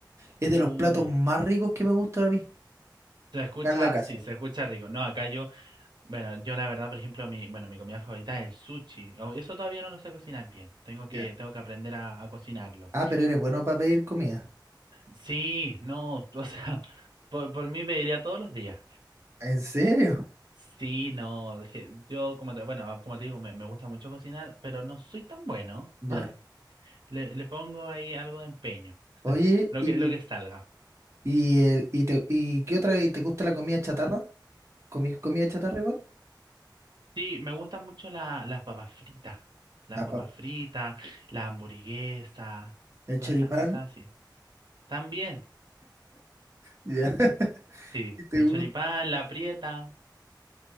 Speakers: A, on the right; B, on the right.
A: Es de
B: Uh,
A: los platos más ricos que me gustan a mí.
B: se escucha,
A: Acá en la casa.
B: sí, se escucha rico. No, acá yo, bueno, yo la verdad, por ejemplo, mi, bueno, mi comida favorita es el sushi. Oh, Eso todavía no lo sé cocinar bien. Tengo que,
A: Ya.
B: tengo que aprender a, a cocinarlo.
A: Ah, pero eres bueno para pedir comida.
B: Sí, no, <laughs> o sea, por, por mí pediría todos los días.
A: ¿En serio?
B: Sí, no, je- yo como te, bueno, como te digo, me, me gusta mucho cocinar, pero no soy tan bueno.
A: Ya.
B: <laughs> Le, le pongo ahí algo de empeño, <laughs>
A: Oye,
B: lo
A: ¿y,
B: que, lo que salga.
A: y, el, y, te- y qué otra? y ¿Te gusta la comida chatarra? ¿Comí comida chatarra igual?
B: Sí, me gustan mucho la- las papas fritas, las
A: La
B: papas
A: pap-
B: fritas, la hamburguesa,
A: El
B: todas
A: choripán.
B: esas cosas así. También,
A: Ya. <laughs>
B: sí,
A: ¿Y te
B: el
A: gusta?
B: choripán, la prieta,